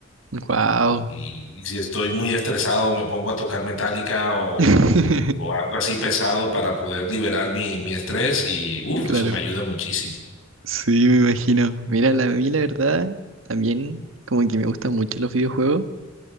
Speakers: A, on the right; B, on the left.
A: Wow.
B: Y, y si estoy muy estresado, me pongo a tocar metallica o,
A: <laughs>
B: o algo así pesado para poder liberar mi, mi estrés y, uff,
A: Claro,
B: eso me ayuda muchísimo.
A: sí, me imagino. Mira, la, a mí la verdad también como que me gustan mucho los videojuegos